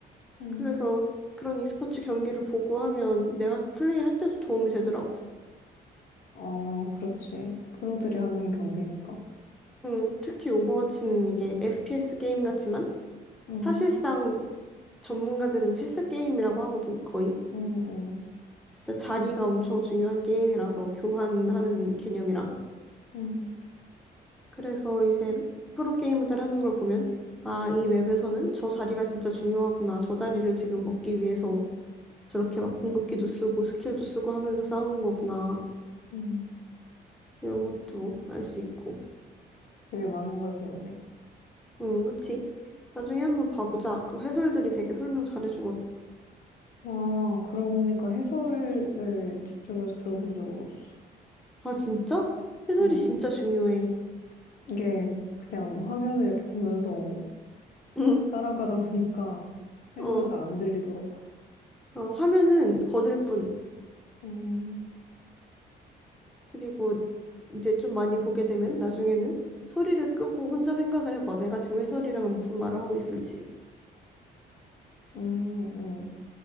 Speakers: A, on the left; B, in the centre.
A: 응.
B: 그래서 그런 e스포츠 경기를 보고 하면 내가 플레이할 때도 도움이 되더라고.
A: 어, 그렇지. 프로들이 하는 경기니까.
B: 음, 특히 오버워치는 이게 FPS 게임 같지만
A: 응.
B: 사실상 전문가들은 체스 게임이라고 하거든, 거의.
A: 응. 응.
B: 진짜 자리가 엄청 중요한 게임이라서 교환하는 개념이랑.
A: 응.
B: 그래서 이제 프로 게이머들 하는 걸 보면 아, 이 맵에서는 저 자리가 진짜 중요하구나. 저 자리를 지금 먹기 위해서 저렇게 막 궁극기도 쓰고 스킬도 쓰고 하면서 싸우는 거구나.
A: 응.
B: 이런 것도 알 수 있고.
A: 되게 많은 걸 배우네.
B: 응, 그치? 나중에 한번 봐보자. 그 해설들이 되게 설명 잘해주거든.
A: 아, 그러고 보니까 해설을 집중해서 들어본 적은 없어.
B: 아, 진짜? 해설이
A: 음,
B: 진짜 중요해.
A: 이게 그냥 화면을 이렇게 보면서
B: 응,
A: 따라가다 보니까 해설이
B: 어.
A: 잘 안 들리더라고.
B: 어, 화면은 거들 뿐.
A: 음,
B: 그리고 이제 좀 많이 보게 되면 나중에는 소리를 끄고 혼자 생각을 해봐. 내가 지금 해설이라면 무슨 말을 하고 있을지.
A: 음, 음,